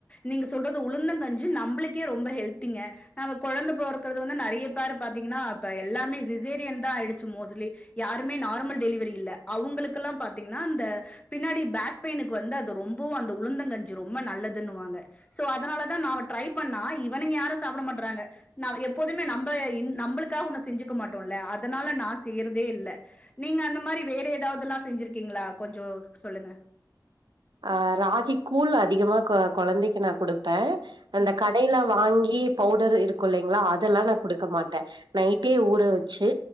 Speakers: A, on the left; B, on the right.
A: நீங்க சொல்றது உளுந்தங்கஞ்சி நம்பளுக்கே ரொம்ப ஹெல்திங்க நம்ப கொழந்த பொறக்குறது வந்து நெறைய பேர பாத்தீங்கனா இப்ப எல்லாமே சிசேரியன்தா ஆயிடுச்சு மோஸ்ட்லி யாருமே நார்மல் டெலி வரி இல்ல அவுங்களுக்கெல்லா பாத்தீங்கன்னா அந்த பின்னாடி பேக் பெயினுக்கு வந்து அது ரொம்பவு அந்த உளுந்தங்கஞ்சி ரொம்ப நல்லதுன்னுவாங்க சோ அதனாலதா நாம ட்ரை பண்ணா இவனுங்க யாரு சாப்பிட மாட்றாங்க நா எப்போதுமே நம்ப இன் நம்பளுக்காக ஒன்னு செஞ்சுக்க மாட்டோல்ல அதனால நா செய்யறதே இல்ல நீங்க அந்த மாரி வேற எதாவதெல்லா செஞ்சிருக்கீங்களா கொஞ்சோ சொல்லுங்க
B: ஆ ராகி கூழ் அதிகமா கொ கொழந்தைக்கி நா குடு ப்பே அந்த
A: ம்
B: கடைல வாங்கி பவுடரு இருக்கு இல்லைங்களா அதெல்லா நா குடுக்க மாட்டே நைட்டே ஊற வச்சு